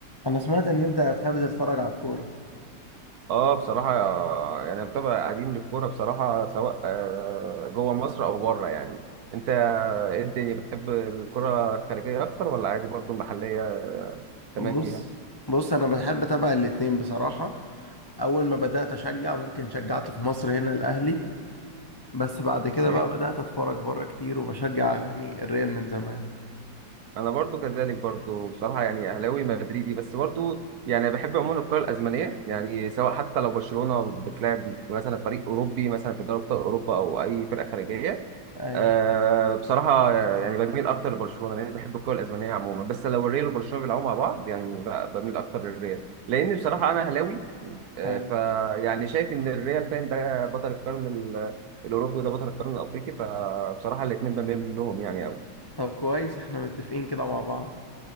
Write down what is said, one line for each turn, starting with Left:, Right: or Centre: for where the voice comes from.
Left: انا سمعت ان انت بتحب تتفرج على الكوره
Right: اه بصراحة يعني أنا متابع قديم للكورة بصراحة سواء آه، جوه مصر أو بره يعني أنت إيه الدنيا بتحب الكرة الخارجية أكتر ولا عادي برضو المحلية تمام
Left: بص
Right: فيها
Left: بص انا بحب اتابع الاتنين بصراحه اول ما بدات اشجع ممكن شجعت في مصر هنا الاهلي بس بعد كده
Right: تمام
Left: بقى بدات اتفرج بره كتير وبشجع يعني الريال من زمان
Right: أنا برضو كذلك برضو بصراحة يعني أهلاوي مدريدي بس برضو يعني بحب عموما الكرة الأسبانية يعني سواء حتى لو برشلونة بتلعب مثلا فريق أوروبي مثلا في دوري أبطال أوروبا أو أي فرقة خارجية
Left: ايوه
Right: أه بصراحة يعني بميل أكتر لبرشلونة لأني بحب الكرة الأسبانية عموما بس لو الريال وبرشلونة بيلعبوا مع بعض يعني ب- بميل أكتر للريال لأن بصراحة أنا أهلاوي أه
Left: حلو
Right: فيعني شايف إن الريال فاهم ده بطل القرن ال- الأوروبي وده بطل القرن الأفريقي فبصراحة الاتنين بميل لهم يعني أوي
Left: طب كويس احنا متفقين كده مع بعض